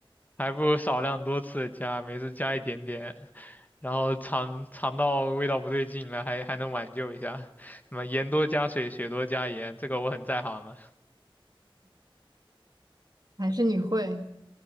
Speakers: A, on the left; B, on the right.
A: 还不如少量多次的加，每次加一点点，然后尝尝到味道不对劲了，还还能挽救一下。什么盐多加水，水多加盐，这个我很在行的，
B: 还是你会